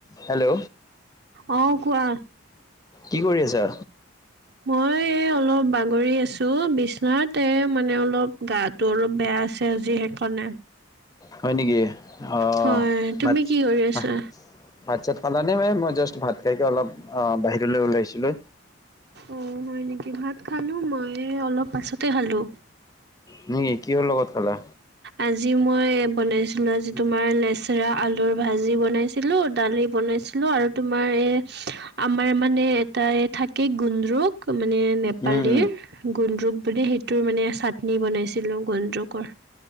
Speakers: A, on the left; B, on the right.
A: হেল্ল
B: অ কোৱা।
A: কি কৰি আছা
B: মই এই অলপ বাগৰি আছো বিছনাতে মানে অলপ গাত তো বেয়া আছে আজি সেইকাৰণে।
A: হয় নেকি অ
B: হয়, তুমি
A: আচ্ছা
B: কি কৰি আছা?
A: ভাত চাত খালা নে মই জাষ্ট ভাত খাইকে অলপ অ বাহিৰলে ওলাইছিলো।
B: অ হয় নেকি ভাত খালো মই এই অলপ পাছতে খালো।
A: হয়নি কিহৰ লগত খালা
B: আজি মই বনাইছিলো আজি তোমাৰ লেচৰা আলুৰ ভাজি বনাইছিলো। ছিলো দালি বনাইছিলো আৰু তোমাৰ এ আমাৰ মানে এটা এ থাকে থাকে গুন্দ্ৰুক মানে নেপালীৰ।
A: উম উম
B: গুন্দ্ৰুক বুলি, সেইটোৰ মানে চাটনি বনাইছিলো গুন্দ্ৰুকৰ।